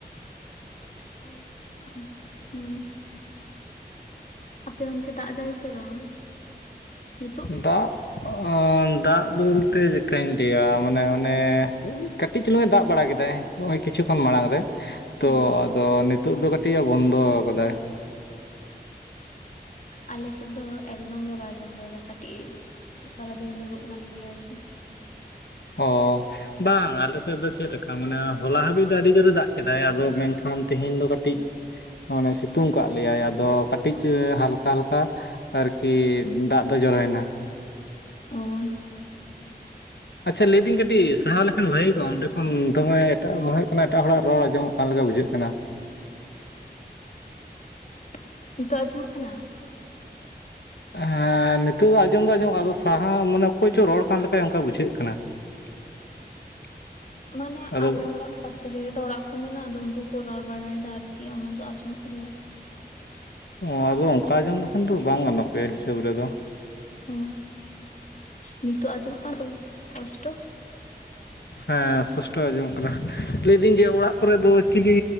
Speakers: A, on the left (about 50°); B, on the left (about 80°).
A: <unintelligible> ᱦᱩᱸ᱾ ᱟᱯᱮ ᱚᱱᱛᱮ ᱫᱟᱜ ᱫᱟᱭ ᱥᱮ ᱵᱟᱝ ᱱᱤᱛᱚᱜ?
B: ᱫᱟᱜ ᱟᱻ ᱫᱟᱜ ᱵᱚᱞᱛᱮ ᱪᱤᱠᱟᱹᱧ ᱞᱟᱹᱭᱟ ᱢᱟᱱᱮ᱾ ᱢᱟᱱᱮ ᱠᱟᱹᱴᱤᱡ ᱪᱩᱞᱩᱝ ᱮ ᱫᱟᱜ ᱵᱟᱲᱟ ᱠᱮᱫᱟᱭ ᱱᱚᱜᱼᱚᱭ ᱠᱤᱪᱷᱩ ᱠᱷᱚᱱ ᱢᱟᱲᱟᱝ ᱨᱮ ᱛᱚ᱾
A: ᱦᱩᱸ
B: ᱟᱫᱚ ᱱᱤᱛᱳᱜ ᱫᱚ ᱠᱟᱹᱴᱤᱡ ᱮ ᱵᱚᱱᱫᱚ ᱠᱟᱫᱟᱭ᱾
A: ᱟᱞᱮ ᱥᱮᱫ ᱫᱚ ᱮᱠᱫᱚᱢ ᱜᱮ ᱵᱟᱭ ᱵᱚᱱᱫᱚᱭᱫᱟ ᱠᱟᱹᱴᱤᱡ ᱥᱟᱨᱟᱫᱤᱱ ᱧᱩᱨᱩ ᱠᱟᱱ ᱜᱮᱭᱟ ᱟᱨᱠᱤ᱾
B: ᱚ, ᱵᱟᱝ ᱟᱞᱮ ᱥᱮᱫ ᱫᱚ ᱪᱮᱫ ᱞᱮᱠᱟ ᱢᱟᱱᱮ ᱦᱚᱞᱟ ᱦᱟᱹᱵᱤᱡ ᱫᱚ ᱟᱹᱰᱤ ᱡᱳᱨᱮ ᱫᱟᱜ ᱠᱮᱫᱟᱭ ᱟᱫᱚ ᱢᱮᱱᱠᱷᱟᱱ ᱛᱮᱦᱮᱧ ᱫᱚ ᱠᱟᱹᱴᱤᱡ ᱚᱱᱮ ᱥᱤᱛᱩᱝ ᱠᱟᱜ ᱞᱮᱭᱟᱭ ᱟᱫᱚ ᱠᱟᱹᱴᱤᱡ ᱦᱟᱞᱠᱟ ᱦᱟᱞᱠᱟ᱾ ᱟᱨᱠᱤ ᱫᱟᱜ ᱫᱚ ᱡᱚᱨᱚᱭᱮᱱᱟ᱾
A: <unintelligible>
B: ᱟᱪᱪᱷᱟ ᱞᱟᱹᱭ ᱫᱤᱧ ᱠᱟᱹ ᱟᱹᱰᱤ ᱥᱟᱦᱟ ᱞᱮᱠᱷᱟᱱ ᱵᱷᱟᱜᱮ ᱠᱚᱜᱼᱟ ᱚᱸᱰᱮ ᱠᱷᱚᱱ ᱫᱚᱢᱮ ᱮᱴᱟᱜ ᱢᱚᱱᱮ ᱦᱩᱭᱩᱜ ᱠᱟᱱᱟ ᱮᱴᱟᱜ ᱦᱚᱲᱟᱜ ᱨᱚᱲ ᱟᱸᱡᱚᱢᱚᱜ ᱠᱟᱱ ᱞᱮᱠᱟ ᱵᱩᱡᱷᱟᱹᱜ ᱠᱟᱱᱟ᱾
A: <unintelligible> ᱱᱤᱛᱳᱜ ᱟᱸᱡᱚᱢᱚᱜ ᱠᱟᱱᱟ᱾
B: ᱦᱮᱸᱻ ᱱᱤᱛᱚᱜ ᱫᱚ ᱟᱸᱡᱚᱢ ᱫᱚ ᱟᱸᱡᱚᱢᱚᱼᱟ ᱟᱫᱚ ᱥᱟᱦᱟ ᱢᱟᱱᱮ ᱚᱠᱚᱭ ᱪᱚ ᱨᱚᱲ ᱠᱟᱱ ᱞᱮᱠᱟᱭ ᱚᱱᱠᱟ ᱵᱩᱡᱷᱟᱹᱜ ᱠᱟᱱᱟ᱾ <inaudible>
A: ᱢᱟᱱᱮ
B: ᱟᱫᱚ
A: ᱟᱞᱮ ᱚᱲᱟᱜ᱾ ᱯᱟᱥᱮ ᱨᱮᱜᱮ ᱫᱚ ᱚᱲᱟᱜ ᱠᱚ ᱢᱮᱱᱟᱜᱼᱟ, ᱟᱫᱚ ᱩᱱᱠᱩ ᱠᱚ ᱨᱚᱲ ᱵᱟᱲᱟᱭᱮᱫᱟ ᱟᱨᱠᱤ ᱚᱱᱟᱫᱚ ᱟᱸᱡᱚᱢᱚᱜ ᱜᱮᱭᱟ᱾
B: ᱱᱚᱣᱟ ᱫᱚ ᱚᱱᱠᱟ ᱟᱸᱡᱚᱢ ᱞᱮᱠᱷᱟᱱ ᱫᱚ ᱵᱟᱝ ᱜᱟᱱᱚᱜ ᱜᱮᱭᱟ ᱦᱤᱥᱟᱹᱵᱽ ᱨᱮᱫᱚ᱾
A: ᱚ, ᱱᱤᱛᱚᱜ ᱟᱸᱡᱚᱢᱚᱜ ᱠᱟᱱᱟ ᱛᱚ ᱯᱚᱥᱴᱚ᱾
B: ᱦᱮᱸ ᱥᱯᱚᱥᱴᱚ ᱟᱸᱡᱚᱢᱚᱜ ᱠᱟᱱᱟ᱾ ᱞᱟᱹᱭᱫᱟᱹᱧ ᱡᱮ ᱚᱲᱟᱜ ᱠᱚᱨᱮ ᱫᱚ ᱪᱤᱞᱤ?